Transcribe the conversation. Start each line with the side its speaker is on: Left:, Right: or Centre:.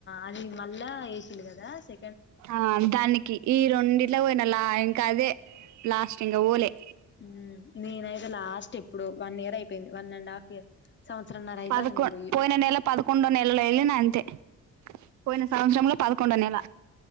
Left: అది మళ్ళా యేషిల్ కదా సె.
Right: ఆ దాన్ కి ఈ రొండి ఇట్ల బోయినొల్లా ఇంక అదే లాస్ట్ ఇంగ ఓలే
Left: ఉమ్ నేనైతే లాస్ట్ ఎప్పుడు వన్ ఇయరై. పెయ్ంది వన్ అండ్ హాఫ్ ఇయర్ సంవత్సరంన్నర అయితాంది
Right: పదకొ
Left: నేను పోయి
Right: పోయిన నెల పదకొండో నెలలో ఎళ్ళిన అంతే పోయిన సంవత్సరంలో పద్ కుండ నెల